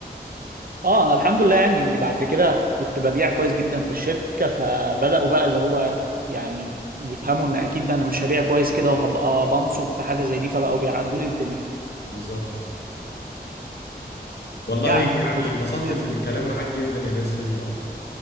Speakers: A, on the right (about 60°); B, on the left (about 80°).
A: اه انا الحمد لله يعني بعد كده كنت ببيع كويس جدا في الشركة فبدأوا بقى اللي هو يعني يفهموا ان اكيد انا مش هبيع كويس كده وهبقى بنصب في حاجة زي دي فبقوا بيعدوا لي الدنيا
B: بالظبط والله
A: يعني
B: يعني
A: نبقى
B: اتبسطت
A: نتكلم
B: في الكلام معاك جدا يا باسم النهاردة